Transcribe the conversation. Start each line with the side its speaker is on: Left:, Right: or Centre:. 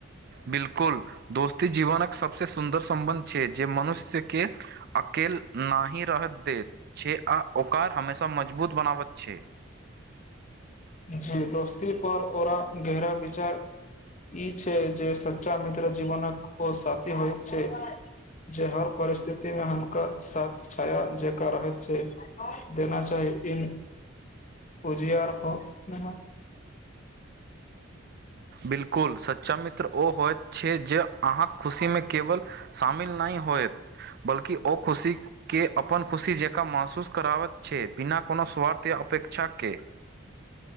Right: बिलकुल दोस्ती जीवनकक सबसँ सुन्दर सं्बन्ध छै। जे मनुष्यके। अकेल नहिहि रहत दत छै आ ओकर हमेशा मजबूत बनाबैत छै।
Left: जी दोस्ती पर ओरा गहरा विचार ई छै। जे सच्चा मित्र जीवनक ओ साथी होइत छै। जे हर परिस्थिति मे हुनका साथ छाया जेक रहैत छै। देना चाही उुजियार हो। ब।
Right: बिल्कुल सच्चा मित्र ओ होयत। छै। जे अहाँ खुशीमे केवल। शामिल नहि होत। बल्कि ओ खुशीके अपन खुशी जे। ा महसूस कराबैत छै। बिना कोनो स्वार्थ या अपेक्षाके।